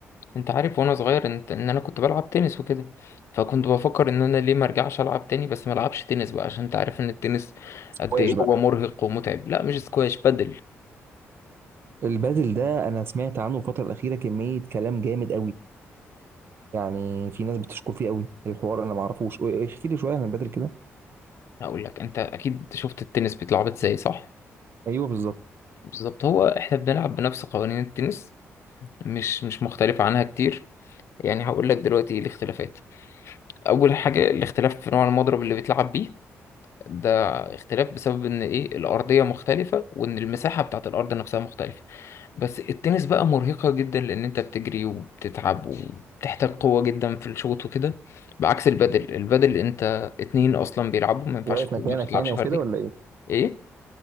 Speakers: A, on the left (about 65°); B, on the right (about 50°).
A: انت عارف وانا صغير انت ان انا كنت بلعب تنس وكده فكنت بفكر ان انا ليه ما ارجعش العب تاني بس ما العبش تنس بقى عشان انت عارف ان التنس قد
B: واش
A: ايه
B: بقى
A: هو مرهق ومتعب لا مش سكواش بدل
B: البادل ده انا سمعت عنه الفتره الاخيره كميه كلام جامد قوي يعني في ناس بتشكر فيه قوي الحوار انا ما اعرفوش ايه، ايه، احكي لي شويه عن البادل كده
A: هقول لك انت اكيد شفت التنس بيتلعب ازاي صح
B: ايوه بالظبط
A: بالظبط هو احنا بنلعب بنفس قوانين التنس مش مش مختلفة عنها كتير يعني هقول لك دلوقتي ايه الاختلافات اول حاجة الاختلاف في نوع المضرب اللي بيتلعب بيه ده اختلاف بسبب ان ايه الارضيه مختلفه وان المساحه بتاعت الارض نفسها مختلفه بس التنس بقى مرهقه جدا لان انت بتجري وبتتعب وبتحتاج قوه جدا في الشوط وكده بعكس البادل البادل انت اتنين اصلا بيلعبوا ما ينفعش
B: واقف مكانك
A: ما بتلعبش
B: يعني او
A: فردي
B: كده ولا ايه
A: ايه